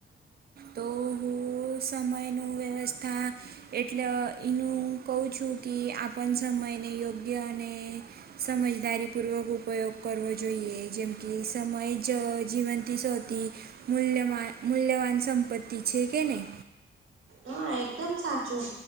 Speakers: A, on the right (about 50°); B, on the right (about 70°).
A: તો હું સમયનું વ્યવસ્થા એટલે એનું કહું છું કે આપણ સમયને યોગ્ય અને સમજદારીપૂર્વક ઉપયોગ કરવો જોઈએ જેમ કે સમય જ જીવંતી સૌથી મૂલ્યમા મૂલ્યવાન સંપત્તિ છે, કે નહી
B: હા એકદમ સાચું